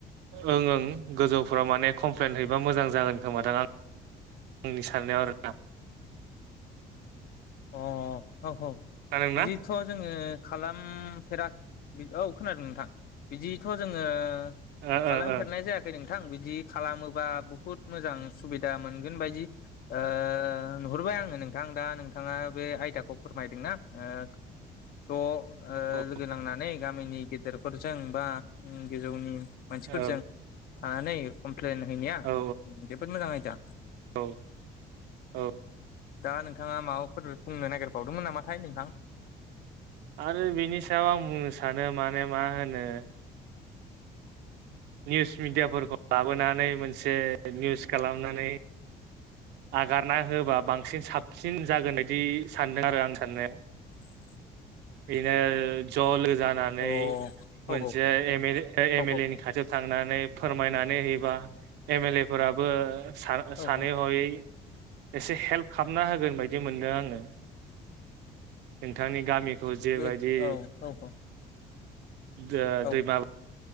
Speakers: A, on the right (about 80°); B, on the left (about 60°).
A: ओं ओं गोजौ। गफुराव माने कमप्लेन हैबा मोजां जागोन खोमाथां आं आंनि साननायाव आरोना।
B: <inaudible> अ औ औ
A: खोनादोंना
B: जिथ जोङो। खालामफेराख औ खोनादों नोंथां बिदिथ जोङो।
A: ओ
B: खालामफेरनाय
A: ओ
B: जायाखै नोंथां बिदि खालामोबा बुहुत मोजां सुबिदा मोनगोन बायदि ओ नुहरबाय आङो नोंथां दा नोंथाङा बे आयदा खौ फोरमायदोंना ओ त' ओ
A: ओ
B: लोगो नांनानै गामिनि गेदेरफोरजों बा ओ गोजौनि मानसिफोरजों
A: औ
B: थानानै प्लेन हैनाया
A: औ
B: जोबोद मोजां आयदा।
A: औ औ
B: दा नोंथाङा माबाफोर बुंनो नागिरबावदोंमोन नामाथाय नोंथां?
A: आरो बिनि सायाव आं बुंनो सानो माने मा होनो निउस मिडियाफोरखौ लाबोनानै मोनसे निउस खालामनानै आगारना होबा बांसिन साबसिन जागोन बायदि सानदों आरो आं साननायाव।
B: <inaudible>
A: बिनो जल जानानै
B: अ औ औ
A: मोनसे एम ए
B: औ
A: एम एल ए नि खाथियाव थांनानै फोरमायनानै होयोबा एम एल ए फोराबो सा
B: औ
A: सानै
B: औ
A: हयै एसे हेल्प खालामना होगोन बायदि मोनदों आङो। नोंथांनि गामिखौ जेबायदि
B: बे औ औ औ
A: दो
B: औ
A: दैमा